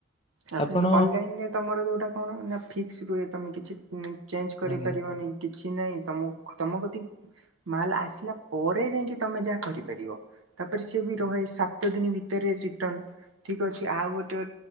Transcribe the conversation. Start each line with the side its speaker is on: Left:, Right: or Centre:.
Right: ଆଉ
Left: ଆପଣ
Right: କିନ୍ତୁ ଅନଲାଇନ୍‌ ତମର ଯୋଉଟା କଣ ନା ଫିକ୍ସ୍ ରୁହେ ତମେ କିଛି ଚେଞ୍ଜ୍ କରିପାରିବନି
Left: ଆଜ୍ଞା,
Right: କିଛି ନାହିଁ ତମ ତମପ୍ରତି ମାଲ ଆସିଲା ପରେ ଯାଇକି ତମେ ଯାହା କରିପାରିବ ତାପରେ ସିଏ ବି
Left: ଆଜ୍ଞା,
Right: ରହେ ସାତ ଦିନ ଭିତରେ ରିଟର୍ଣ ଠିକ ଅଛି ଆଉ ଗୋଟେ